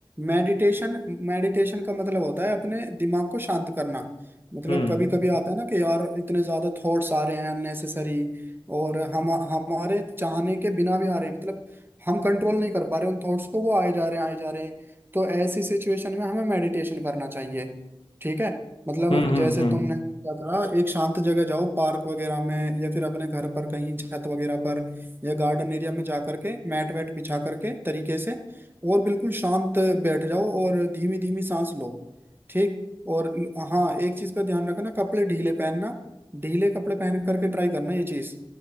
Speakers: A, on the right; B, on the left.
A: मेडिटेशन मेडिटेशन का मतलब होता है अपने दिमाग को शांत करना मतलब
B: हम्म
A: कभी कभी आता है ना कि यार इतने ज्यादा थॉट्स आ रहे हैं अननेसेसरी और हम हमारे चाहने के बिना भी आ रहे हैं मतलब हम कंट्रोल नहीं कर पा रहे उन थॉट्स को वो आए जा रहे हैं आए जा रहे हैं तो ऐसी सिचुएशन में हमें मेडिटेशन करना चाहिए ठीक है मतलब
B: हम्म हम्म
A: जैसे
B: हम्म,
A: तुमने क्या करा एक शांत जगह जाओ पार्क वगैरह में या फिर अपने घर पर कहीं छत वगैरह पर या गार्डन एरिया में जा करके मैट वैट बिछा करके तरीके से और बिल्कुल शांत बैठ जाओ और धीमी धीमी सांस लो ठीक और हाँ एक चीज का ध्यान रखना कपड़े ढीले पहनना ढीले कपड़े पहन करके ट्राई करना ये चीज